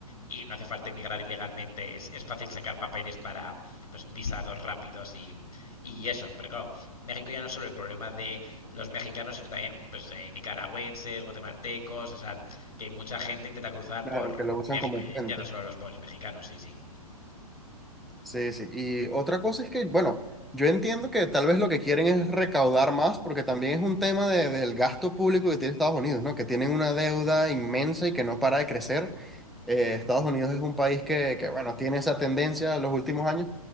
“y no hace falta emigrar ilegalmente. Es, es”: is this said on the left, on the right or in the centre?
Left